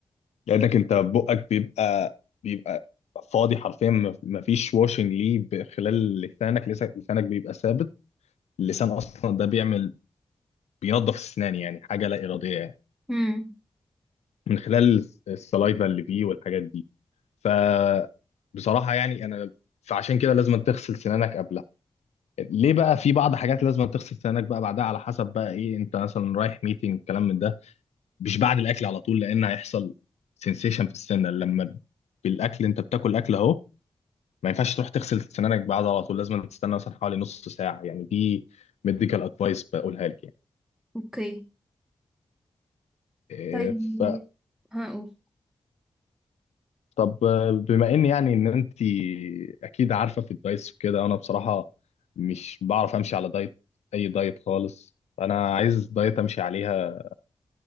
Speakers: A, on the left; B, in the centre.
A: لانك انت بقك بيبقى بيبقى فاضي حرفيا ما ما فيش واشنج ليه ب- خلال لسانك لسانك لسانك بيبقى ثابت اللسان اصلا ده بيعمل بينظف السنان يعني حاجه لا اراديه يعني
B: امم
A: من خلال السلايفا اللي فيه والحاجات دي ف بصراحه يعني انا فعشان كده لازم تغسل سنانك قبلها ليه بقى في بعض حاجات لازم تغسل سنانك بقى بعدها على حسب بقى ايه انت مثلا رايح ميتنج كلام من ده مش بعد الاكل على طول لان هيحصل سنسيشن في السنه لما بالاكل انت بتاكل اكل اهو ما ينفعش تروح تغسل سنانك بعد على طول لازم تستنى مثلا حوالي نص ساعه يعني دي ميديكال ادفايس بقولها لك يعني
B: اوكي
A: إيه،
B: طيب
A: ف
B: هقول
A: طب آه، بما ان يعني ان انت اكيد عارفه في الدايتس وكده انا بصراحه مش بعرف امشي على دايت اي دايت خالص انا عايز دايت امشي عليها